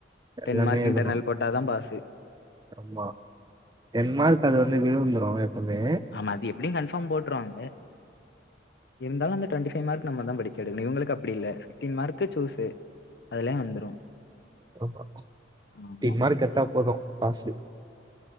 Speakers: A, on the right; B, on the left.
A: எல்லாமே
B: டென் மார்க்
A: எழுதணும்
B: இன்டர்னல் போட்டாதா பாஸு
A: ஆமா டென் மார்க் அது வந்து விழுந்துரு எப்பமே.
B: ஆமா. அது எப்டியு கன்ஃபார்ம் போட்ருவாங்க. இருந்தாலு அந்த டுவெண்டிஃபை மார்க் நம்ம தான் படிச்சு எடுக்கணு. இவங்களுக்கு அப்டி இல்ல. ஃபிஃப்டின் மார்க்கு சூஸு அதுலயே வந்துரும்.
A: ஆமா
B: ஆமா.
A: டென் மார்க் எடுத்தா போது பாஸு,